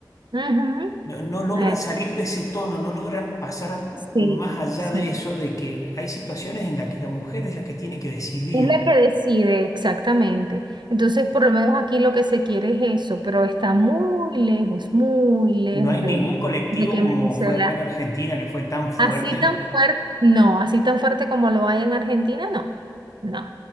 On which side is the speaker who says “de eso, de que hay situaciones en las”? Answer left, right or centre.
Left